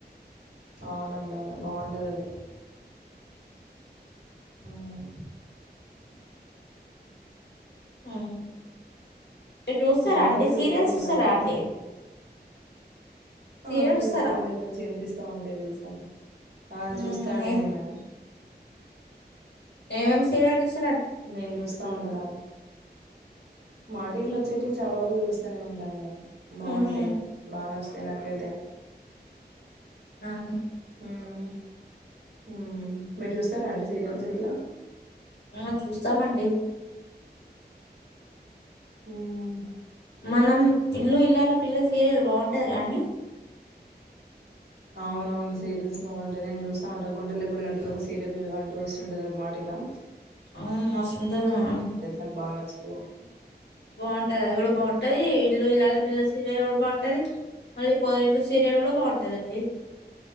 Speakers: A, on the right (about 75°); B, on the left (about 85°).
A: అవునండి బాగుంటది అది ఉమ్
B: అమ్ చూస్తారా
A: సినిమాలు
B: అండి
A: అయితే
B: సీరియల్స్
A: వెళ్తూ ఉంటారు
B: చూస్తారా
A: మీరైతే
B: అండి సీరియల్
A: ఆ చూస్తాం
B: చూస్తారా
A: అండి అది మంచిగా కనిపిస్తా ఉంటాయి తెలుసా అండి ఆ
B: మ్మ్.
A: చూస్తా అండి నేను
B: ఏం ఏం సీరియల్స్
A: నేను చూస్తా ఉండన్న మా టివిలో వచ్చేటివి చాలా వరకు చూస్త చూస్తునే ఉంట అండి బాగుంటే
B: మ్హూ.
A: బాగా నచ్చుతాయి నాకైతే
B: ఉమ్
A: ఉమ్ ఉమ్ మీరు చూస్తారా అండి సీరియల్స్ ఇట్లా
B: ఆ చూస్తామండి
A: ఉం
B: మనం ఇల్లు ఇల్లాలు పిల్ల సీరియల్ బాగుం ంటది కదండీ
A: అవున అవును సీరియల్స్ బాగుంటాయి నేను చూస్త ఉంటా గుండేల్లో గుడి గంటలు సీరియల్ అంటూ వస్తుంటుంది మాటివి లా
B: అవును మస్తుంటది అండి
A: నాకు బాగా నచ్చుతది
B: బాగుంటది అది కూడా బాగుంటది ఇల్లు ఇల్లాల పిల్ల సీరియల్ కూడా బాగుంటది మళ్ళీ పొదరిల్లుసీరియల్ కూడా బాగుంటది అండీ